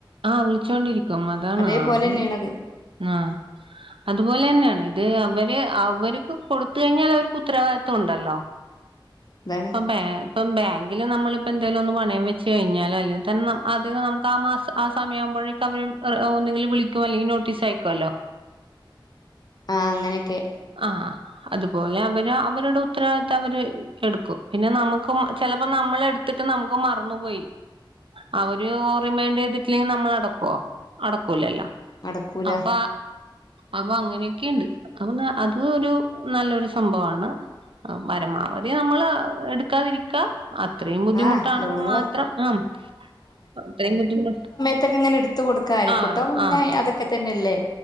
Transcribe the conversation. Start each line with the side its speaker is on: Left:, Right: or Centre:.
Right: ആഹ് വിളിച്ചോണ്ടിരിക്കും. അതാണ്
Left: അതേപോലെന്നെയാണത്
Right: അത് ആഹ് അതുപോലെ തന്നെയാണ്. ഇത് അവര് അവരക്ക് കൊടുത്തു കഴിഞ്ഞാൽ അവർക്ക് ഉത്തരവാദിത്വം ഉണ്ടല്ലോ.
Left: അതാണ്
Right: അപ്പം ബാ ഇപ്പം ബാങ്കില് നമ്മളിപ്പോ എന്തേലും ഒന്ന് പണയം വെച്ച് കഴിഞ്ഞാല് അല്ലെങ്കിൽ തന്നെ അത് നമുക്ക് ആ മാസം ആ സമയം ആകുമ്പോഴേക്കും അവര് ഒന്നെങ്കില് വിളിക്കും അല്ലെങ്കിൽ നോട്ടീസ് അയക്കുമല്ലോ.
Left: ആഹ് അങ്ങനെയൊക്കെ.
Right: ആഹ്. അതുപോലെ അവര് അവരുടെ ഉത്തരവാദിത്വം അവര് എടുക്കും. പിന്നെ നമുക്കും ചിലപ്പോ നമ്മള് എടു ത്തിട്ട് നമുക്ക് മറന്നുപോയി. അവര് റിമയ്ൻഡ് ചെയ്തി ട്ടില്ലെങ്കി നമ്മള് അടക്കോ? അടക്കൂലല്ല.
Left: നടക്കൂല
Right: അപ്പ അപ്പൊ അങ്ങനെയൊക്കെയുണ്ട്. അപ്പൊ അത് ഒരു നല്ലൊരു സംഭവമാണ്. ആഹ് പരമാവധി നമ്മൾ എടുക്കാതിരിക്കാ. അത്രയും ബുദ്ധിമുട്ടാണെങ്കിൽ
Left: ആഹ് ലോണുകള്
Right: മാത്രം ഉം അത്രയും ബുദ്ധിമുട്ട്
Left: ട്ടൊക്കെ ഇങ്ങനെ എടുത്ത് കൊടുക്കാ. അയൽക്കൂട്ടാവുമ്പേ
Right: ആഹ്
Left: പിന്നെ
Right: ആഹ്
Left: അതൊക്കെ തന്നെയല്ലേ.